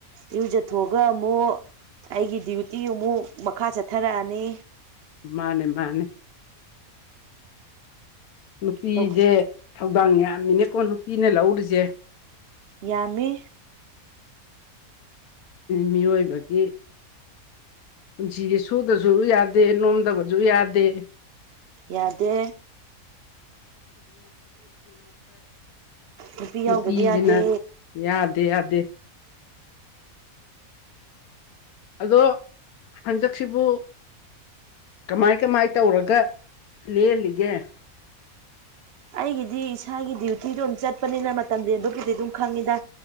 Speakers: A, on the right; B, on the left.
A: ꯏꯔꯨꯖꯊꯣꯛꯑꯒ ꯑꯃꯨꯛ ꯑꯩꯒꯤ ꯗ꯭ꯌꯨꯇꯤ ꯑꯃꯨꯛ ꯃꯈꯥ ꯆꯠꯊꯔꯛꯑꯅꯤ
B: ꯃꯥꯅꯦ ꯃꯥꯅꯦ ꯅꯨꯄꯤꯗꯤ
A: ꯇꯧ
B: ꯊꯧꯗꯥꯡ ꯌꯥꯝꯃꯤꯅꯦꯀꯣ ꯅꯨꯄꯤꯅ ꯂꯧꯔꯤꯁꯦ
A: ꯌꯥꯃꯤ
B: ꯃꯤꯑꯣꯏꯕꯒꯤ ꯄꯨꯟꯁꯤꯁ ꯁꯨꯗꯁꯨ ꯌꯥꯗꯦ ꯅꯣꯝꯗꯕꯁꯨ ꯌꯥꯗꯦ
A: ꯌꯥꯗꯦ ꯅꯨꯄꯤ
B: ꯅꯨꯄꯤꯁꯤꯅ
A: ꯌꯥꯎꯗꯗꯤ ꯌꯥꯗꯦ
B: ꯌꯥꯗꯦ ꯌꯥꯗꯦ ꯑꯗꯣ ꯍꯟꯗꯛꯁꯤꯕꯨ ꯀꯃꯥꯏ ꯀꯃꯥꯏ ꯇꯧꯔꯒ ꯂꯦꯜꯂꯤꯒꯦ
A: ꯑꯩꯒꯤꯗꯤ ꯏꯁꯥꯒꯤ ꯗ꯭ꯌꯨꯇꯤꯗꯣ ꯑꯗꯨꯝ ꯆꯠꯄꯅꯤꯅ ꯃꯇꯝ ꯂꯦꯟꯕꯕꯨꯗꯤ ꯑꯗꯨꯝ ꯈꯪꯉꯤꯗ